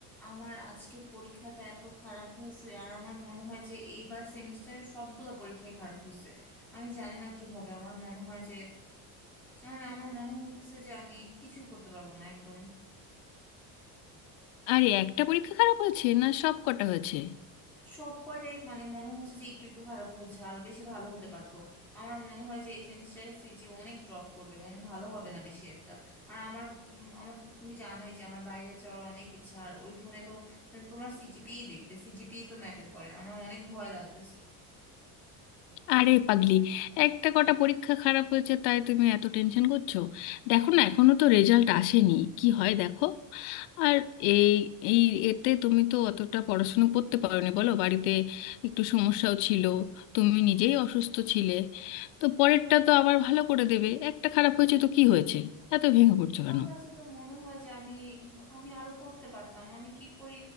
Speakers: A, in the centre; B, on the left.
A: আমার আজকে পরীক্ষাটা এত খারাপ হয়েছে আর আমার মনে হয় যে এইবার সেমিস্টারের সবগুলো পরীক্ষাই খারাপ হয়েছে আমি জানি না কি হবে আমার মনে হয় যে মানে আমার মনে হইতেছে যে আমি কিছুই করতে পারবো না একদম
B: আরে একটা পরীক্ষা খারাপ হয়েছে না সব কটা হয়েছে
A: সব কয়টাই মানে মনে হচ্ছে যে একটু একটু খারাপ হয়েছে আরো বেশি ভালো হতে পারতো আমার মনে হয় যে এই সেমিস্টারে সিজি অনেক ড্রপ করবে এবং ভালো হবে না বেশি একটা আর আমার উম, আমার তো তুমি জানোই যে আমার বাইরে যাওয়ার অনেক ইচ্ছা আর ওইখানে তো তোমার সিজিপিই দেখবে সিজিপিই তো ম্যাটার করে আমার অনেক ভয় লাগতেছে
B: আরে পাগলি একটা কটা পরীক্ষা খারাপ হয়েছে তাই তুমি এত টেনশন করছো দেখো না এখনো তো রেজাল্ট আসেনি কি হয় দেখো আর এই এই এতে তুমি তো অতটা পড়াশুনো করতে পারোনি বলো বাড়িতে একটু সমস্যাও ছিল তুমি নিজেই অসুস্থ ছিলে তো পরেরটা তো আবার ভালো করে দেবে একটা খারাপ হয়েছে তো কি হয়েছে এত ভেঙে পড়ছো
A: আমার
B: কেন
A: কাছে তো মনে হয় যে আমি আমি আরো পড়তে পারতাম আমি কি করি